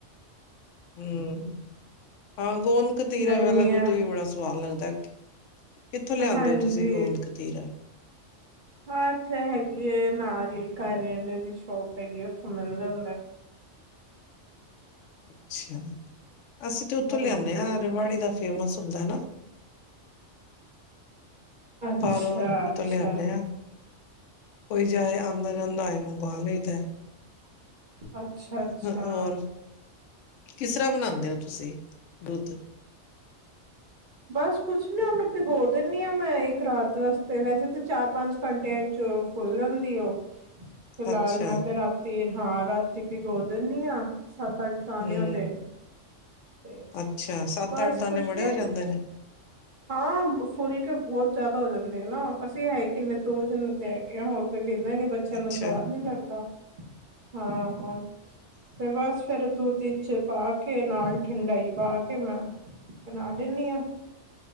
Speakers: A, on the left (about 85°); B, on the right (about 45°).
A: ਹੂੰ, ਹਾਂ ਗੋਂਦ ਕਤੀਰੇ
B: ਗਰਮੀਆਂ
A: ਵਾਲਾ ਦੁੱਧ ਵੀ ਬੜਾ ਸਵਾਦ ਲੱਗਦਾ। ਕਿੱਥੋਂ ਲਿਆਂਦੇ
B: ਹਾਂਜੀ,
A: ਹੋ ਤੁਸੀਂ ਗੋਂਦ ਕਤੀਰਾ
B: ਹਾਂ ਇੱਥੇ ਹੈਗੀ ਹੈ ਨਾਲ ਈ ਕਰਿਆਨੇ ਦੀ ਸ਼ੋਪ ਹੈਗੀ ਹੈ, ਉਥੋਂ ਮਿਲ ਜਾਂਦਾ
A: ਅੱਛਾ, ਅਸੀਂ ਤੇ ਉੱਥੋਂ
B: ਹਾਂਜੀ
A: ਲਿਆਂਦੇ ਹਾਂ ਰਿਵਾੜੀ ਦਾ ਫੇਮਸ ਹੁੰਦਾ ਨਾ
B: ਅੱਛਾ,
A: ਬਾਹਰੋਂ ਉੱਥੋਂ
B: ਅੱਛਾ
A: ਲਿਆਦੇ ਹਾਂ ਕੋਈ ਜਾਏ ਆਉਂਦਾ ਜਾਂਦਾ ਆਏ ਮੰਗਵਾ ਲਈਦਾ। <unintelligible>
B: ਅੱਛਾ-ਅੱਛਾ
A: ਹੋਰ ਕਿਸ ਤਰ੍ਹਾਂ ਬਣਾਉਂਦੇ ਹੋ ਤੁਸੀਂ ਦੁੱਧ
B: ਬਸ ਕੁਛ ਨੀ ਉਹਨੂੰ ਭਿਗੋ ਦਿੰਨੀ ਆ ਮੈਂ ਇੱਕ ਰਾਤ ਵਾਸਤੇ ਵੈਸੇ ਤਾਂ ਚਾਰ ਪੰਜ ਘੰਟਿਆਂ ਚ ਫੁੱਲ ਜਾਂਦੀ ਉਹ ਫਿਲਹਾਲ
A: ਅੱਛਾ
B: ਮੈਂ ਤੇ ਰਾਤੀ ਹਾਂ ਰਾਤੀ ਭਿਗੋ ਦੇਨੀ ਆ ਸੱਤ ਅੱਠ ਦਾਨੇ
A: ਹਮ
B: ਉਹਦੇ ਤੇ
A: ਅੱਛਾ ਸੱਤ
B: ਬਸ
A: ਅੱਠ ਦਾਨੇ
B: ਕੁਛ
A: ਬੜੇ
B: ਨੀ
A: ਹੋ ਜਾਂਦੇ ਨੇ
B: ਹਾਂ, ਫੁਲ ਕੇ ਬਹੁਤ ਜ਼ਿਆਦਾ ਹੋ ਜਾਂਦੇ। ਨਾ ਅਸੀਂ ਹੈ ਕਿੰਨੇ ਦੋ ਜਣੇ ਤੇ ਹੈਗੇ ਆ ਹੋਰ ਕੋਈ ਪੀਂਦਾ ਨੀ ਬੱਚਿਆਂ
A: ਅੱਛਾ
B: ਨੂੰ ਸਵਾਦ ਨੀ ਲੱਗਦਾ। ਹਾਂ ਤੇ ਬਸ ਫੇਰ ਦੋ ਤਿਨ ਚੇ ਪਾ ਕੇ ਨਾਲ ਠੰਡਾਈ ਪਾ ਕੇ ਮੈਂ ਬਣਾ ਦਿੰਦੀ ਆਂ। <inaudible>